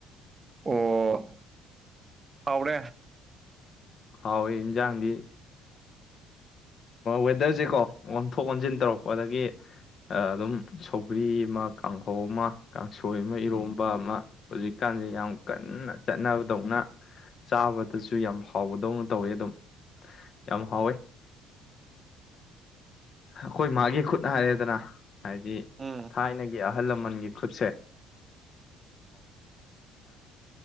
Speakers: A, on the right; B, on the left.
A: ꯑꯣ ꯍꯥꯎꯔꯦ
B: ꯍꯥꯎꯋꯦ ꯏꯟꯖꯥꯡꯗꯤ ꯋꯦꯗꯔꯁꯦꯀꯣ ꯑꯣꯟꯊꯣꯛ ꯑꯣꯟꯁꯤꯟ ꯇꯧꯔꯛꯄ ꯑꯗꯒꯤ ꯑꯗꯨꯝ ꯁꯒ꯭ꯔꯤ ꯑꯃ ꯀꯥꯡꯍꯧ ꯑꯃ ꯀꯥꯡꯁꯣꯏ ꯑꯃ ꯏꯔꯣꯝꯕ ꯑꯃ ꯍꯧꯖꯤꯛ ꯖꯤ ꯀꯥꯟꯁꯦ ꯌꯥꯝ ꯀꯟꯅ ꯆꯠꯅꯕ ꯗꯧꯅ ꯆꯥꯕ ꯇꯁꯨ ꯌꯥꯝ ꯍꯥꯎꯕꯗꯧꯅ ꯇꯧꯋꯤ ꯑꯗꯨꯝ ꯌꯥꯝ ꯍꯥꯎꯋꯦ ꯑꯩꯈꯣꯏ ꯃꯥꯒꯤ ꯈꯨꯠ ꯍꯥꯏꯔꯦꯗꯅ ꯍꯥꯏꯗꯤ
A: ꯎꯝ
B: ꯊꯥꯏꯅꯒꯤ ꯑꯍꯜ ꯂꯃꯟꯒꯤ ꯈꯨꯠ